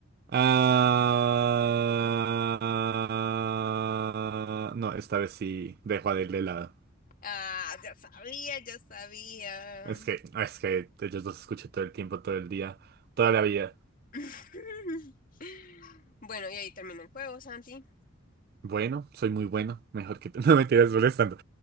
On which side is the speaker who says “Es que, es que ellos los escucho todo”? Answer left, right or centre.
Right